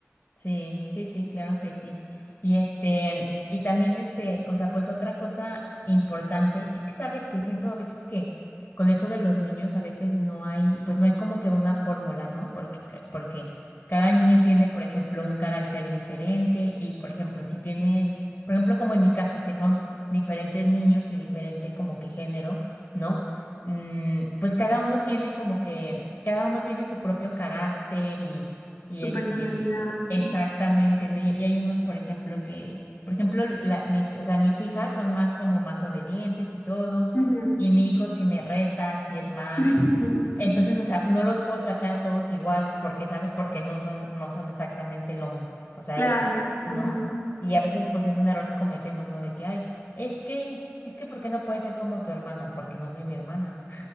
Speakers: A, on the left; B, on the left.
A: Sí, sí, sí, claro que sí. Y este, y también este, o sea, pues otra cosa importante es que sabes que siento a veces que con eso de los niños a veces no hay, pues no hay como que una fórmula, ¿no? Porque ca- porque cada niño tiene, por ejemplo, un carácter diferente y, por ejemplo, si tienes, por ejemplo, como en mi caso, que son diferentes niños y diferente como que género, ¿no? Mm, pues cada uno tiene como que cada uno tiene su propio carácter y y
B: su
A: este
B: personalidad, sí.
A: Exactamente, ¿no? Y, y hay unos, por ejemplo, que, por ejemplo, la- mis, o sea, mis hijas son más como más obedientes y todo,
B: Ujú.
A: y mi hijo si me reta, si es más.
B: <laughs>
A: Entonces, o sea, no los puedo tratar a todos igual, porque, ¿sabes? Porque no son, no son exactamente lo, m- o sea,
B: Claro.
A: el- ¿no?
B: ujú.
A: Y a veces, pues, es un error que cometemos, ¿no? De que, ay, es que, es que, ¿por qué no puede ser como tu hermana? Porque no soy mi hermana.